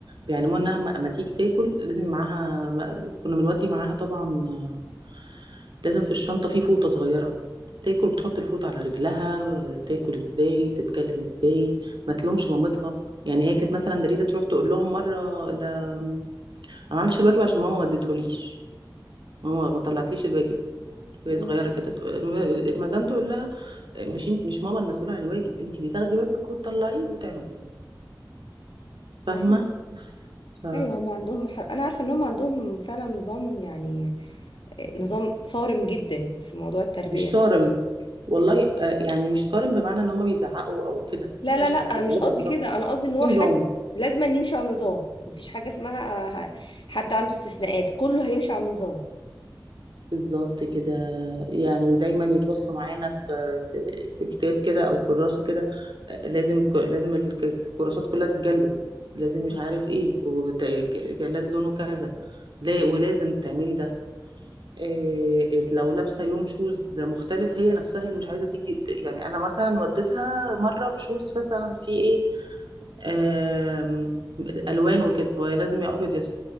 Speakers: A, on the right (about 70°); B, on the left (about 85°).
A: بيعلموها انها ما ما تيجي تاكل لازم معاها ما- كنا بنودي معاها طبعا آه، لازم في الشنطة في فوطة صغيرة تاكل بتحط الفوطة على رجلها تاكل ازاي تتكلم ازاي ما تلومش مامتها يعني هي كانت مثلا دريدة تروح تقول لهم مرة ده انا ما عملتش الواجب عشان ماما ما اديتهوليش ماما ما طلعتليش الواجب وهي
B: امم
A: صغيره كده تق- م- المدام تقول لها مش انت مش ماما المسؤوله عن الواجب انت اللي تاخدي واجبك وتطلعيه وتعمليه فاهمه
B: حلو
A: ف
B: ايوه هم عندهم ح... انا عارفه ان هم عندهم فعلا نظام يعني آه، نظام صارم جدا في موضوع التربيه
A: مش
B: ده
A: صارم والله آه، يعني مش صارم بمعنى ان هما بيزعقوا او كده
B: لا
A: مفيش
B: لا لا
A: زعق زعيق
B: مش قصدي
A: ولا ضغط
B: كده انا قصدي ان
A: بس
B: هو
A: في نظام
B: حد لازم أن يمشي على النظام مفيش حاجة اسمها ه- حد عنده استثناءات كله هيمشي على النظام
A: بالظبط كده يعني دايما يتواصلوا معانا في في, في كتاب كده او كراسه كده آه، لازم الك- لازم الك- الكراسات كلها تتجلد لازم
B: مم.
A: مش عارف ايه وجلاد لونه كذا لا- ولازم تعملي ده إيه لو لابسه يوم شوز مختلف هي نفسها اللي مش عايزه تيجي ت- يعني انا مثلا وديتها مره بشوز مثلا في ايه آم، الوان وكده هو لازم يا ابيض يا